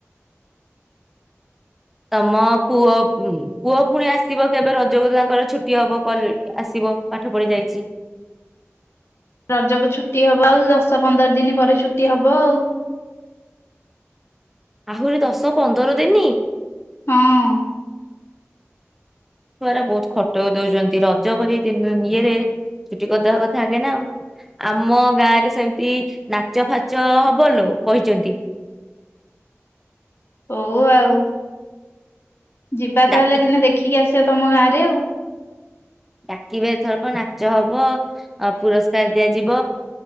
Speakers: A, in the centre; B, on the left.
A: ତମ ପୁଅ ଉମ ପୁଅ ପୁଣି ଆସିବ କେବେ ରଜକୁ ତାଙ୍କର ଛୁଟି ହବ ଆସିବ ପାଠ ପଢି ଯାଇଛି।
B: ରଜକୁ ଛୁଟି ହବ ଆଉ ଦଶ ପନ୍ଦର ଦିନ ପରେ ଛୁଟି ହବ ଆଉ।
A: ଆହୁରି ଦଶ ପନ୍ଦର ଦିନି।
B: ହଁ।
A: ଛୁଆ ଗରା ବହୁତ ଖଟଉ ଦଉଛନ୍ତି ରଜ ଭରି ଦିନ ଇଏରେ ଛୁଟି କରିଦବା କଥା ଆଗେନା ଆଉ ଆମ ଗାଁ ରେ ସେମିତି ନାଚ ଫାଚ ହବ ଲୋ କହିଛନ୍ତି।
B: ହଉ ଆଉ। ଯିବା
A: ଡାକି
B: ତାହେଲେ ଦିନେ ଦେଖିକି ଆସି ତମ ଗାଁ ରେ ଆଉ।
A: ଡାକିବେ ଏଥରକ ନାଚ ହବ ଅ ପୁରସ୍କାର ଦିଆଯିବ